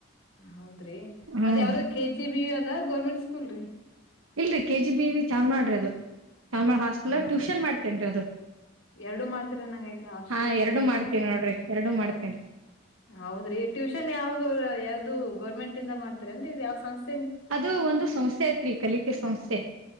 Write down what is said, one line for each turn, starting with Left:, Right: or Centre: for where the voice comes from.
Left: ಹೌದ್ರಿ
Right: ಹೂನ್ರಿ
Left: ಅದ್ ಯಾವ್ದೋ ಕೆ ಜಿ ಬಿ ಅದ ಗೌರ್ಮೆಂಟ್ ಸ್ಕೂಲ್ ರೀ
Right: ಇಲ್ರರಿ ಕೆ ಜಿ ಬಿ ವಿ ಚಾಮಾ್ರಿ ಅದು ಚಾಮ ಹಾಸ್ಟೆಲ್
Left: ಹಾ
Right: ಟ್ಯೂಷನ್
Left: ರೀ
Right: ಮಾಡ್ತೇನ್ರಿ ಅದು
Left: ಎರಡು ಮಾಡ್ತೀರ ನಂಗ ಐತ್ರಿ ಹಾಸ್ಟೆಲ್
Right: ಹಾ ಎರಡು
Left: ಟ್ಯೂಷನ್
Right: ಮಾಡ್ತೀನಿ ನೋಡ್ರಿ ಎರಡು ಮಾಡ್ತನ್ರಿ
Left: ಹೌದ್ರಿ ಟ್ಯೂಷನ್ ಯಾವಾಗ ಯಾವ್ದು ಗೌರ್ಮೆಂಟ್ ಇಂದ ಮಾಡ್ತಾರನ್ ಇದ ಯಾವ್ ಸಂಸ್ಥ
Right: ಅದು ಒಂದು ಸಂಸ್ಥೆ ಐತ್ರಿ ಕಲಿಕೆ ಸಂಸ್ಥೆ